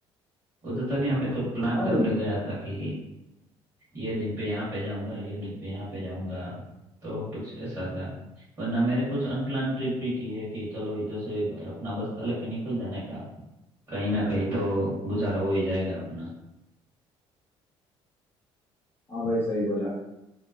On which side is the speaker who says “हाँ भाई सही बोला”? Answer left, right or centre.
Left